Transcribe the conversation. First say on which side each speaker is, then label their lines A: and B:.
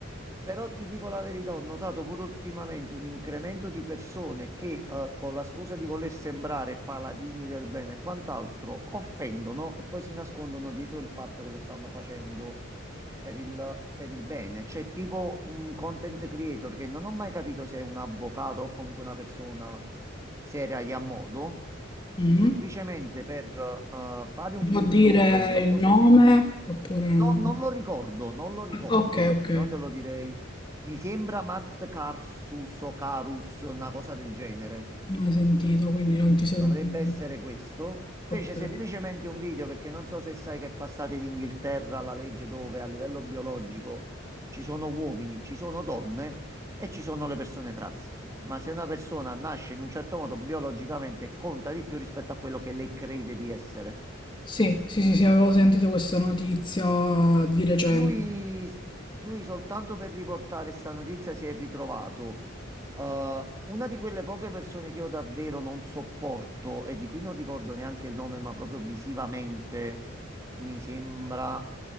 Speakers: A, on the right; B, on the left.
A: Però ti dico la verità, ho notato pure ultimamente un incremento di persone che, eh, con la scusa di voler sembrare paladini del bene e quant'altro, offendono e poi si nascondono dietro il fatto che lo stanno facendo per il, per il bene. C'è tipo un content creator che non ho mai capito se è un avvocato o comunque una persona seria e a modo,
B: Mm.
A: semplicemente per eh, fare un video
B: Può dire
A: dove, non
B: il
A: so
B: nome
A: se hai sentito,
B: oppure no?
A: no, non lo ricordo, non lo ricordo,
B: Ah, Ok, ok.
A: se no te lo direi. Mi sembra Matt Carsus o Carus, una cosa del genere
B: Mai sentito, quindi non ti so
A: dovrebbe
B: dire.
A: essere questo. Fece
B: Ok.
A: semplicemente un video perché non so se sai che è passata in Inghilterra la legge dove a livello biologico ci sono uomini, ci sono donne e ci sono le persone trans. Ma se una persona nasce in un certo modo biologicamente conta di più rispetto a quello che lei crede di essere.
B: Sì, sì, sì, sì, avevo sentito questa notizia di recente.
A: Lui, lui soltanto per riportare sta notizia si è ritrovato. eh, una di quelle poche persone che io davvero non sopporto e di cui non ricordo neanche il nome, ma proprio visivamente mi sembra